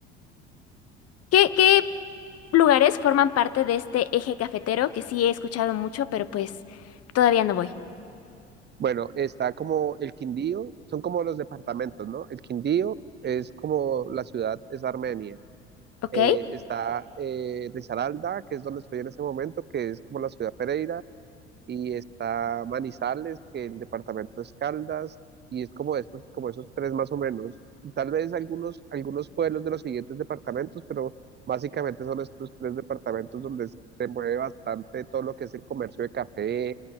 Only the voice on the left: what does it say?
¿Qué, qué lugares forman parte de este eje cafetero que sí he escuchado mucho, pero pues todavía no voy?
¿Ok?